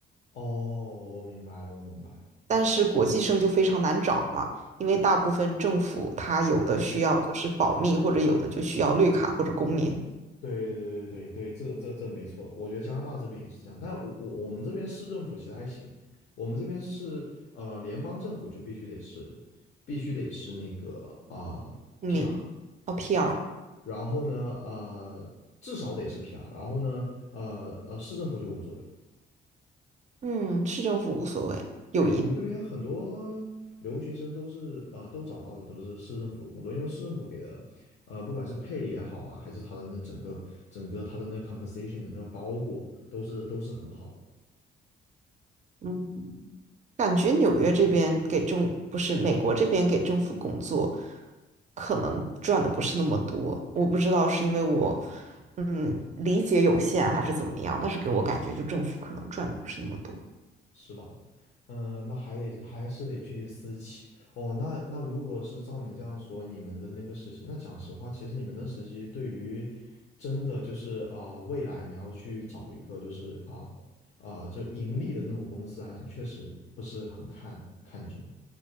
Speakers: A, on the left (about 60°); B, on the right (about 35°).
A: 哦，我明白了，我明白了。
B: 但是国际生就非常难找嘛，因为大部分政府它有的需要就是保密，
A: 对
B: 或者有的就需要绿卡或者公民
A: 对对对对对，这个这这没错，我觉得加拿大这边也是这样，但我我我们这边市政府其实还行，我们这边是呃联邦政府就必须得是必须得是那个啊、
B: 公民，
A: PR，
B: 哦 PR。
A: 然后呢呃至少得是 PR，然后呢呃呃市政府就无所谓。
B: 嗯，市政府无所谓，
A: 对，
B: 有一
A: 我们这边很多留学生都是啊呃都找到的都是市政府的工作，因为市政府给的，呃，不管是配也好啊，还是他的那整个整个他的那 compensation 的那个包裹，都是都是很好的。
B: 嗯，感觉纽约这边给政，不是美国这边给政府工作，可能赚的不是那么多，我不知道是因为我嗯理解有限还是怎么样，但是给我感觉就政府可能赚的不是那么多。
A: 是吧？嗯，那还得还是得去私企哦。那那如果是照你这样说，你们的那个实习，那讲实话，其实你们的实习对于真的就是啊、呃未来你要去找一个就是啊啊、就盈利的那种公司来讲，确实不是很看看重。